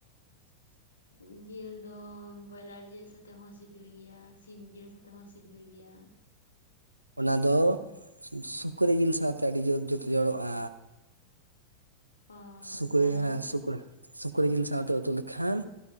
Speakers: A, on the left; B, on the right.
A: ᱤ ᱡᱮᱞ ᱫᱚ ᱵᱚᱭᱞᱟᱨ ᱡᱮᱞ ᱥᱟᱛᱮᱜ ᱦᱚᱸ ᱥᱤᱵᱤᱞ ᱜᱤᱭᱟ ᱥᱤᱢ ᱡᱮᱞ ᱥᱟᱛᱮᱜ ᱦᱚᱸ ᱥᱤᱵᱤᱞ ᱜᱤᱭᱟ᱾
B: ᱚᱱᱟ ᱫᱚ ᱥᱩ ᱥᱩᱠᱨᱤ ᱡᱤᱞ ᱥᱟᱶᱛᱮ ᱟᱹᱰᱤ ᱡᱳᱨ ᱡᱩᱛ ᱡᱚᱲᱚᱜ-ᱟ᱾
A: ᱚ
B: ᱥᱩᱠᱨᱤ
A: ᱛᱟᱦᱚᱞᱮ
B: ᱦᱮᱸ ᱥᱩᱠᱨ ᱥᱩᱠᱨᱤ ᱡᱤᱞ ᱥᱟᱸᱶᱛᱮ ᱩᱛᱩ ᱞᱮᱠᱷᱟᱱ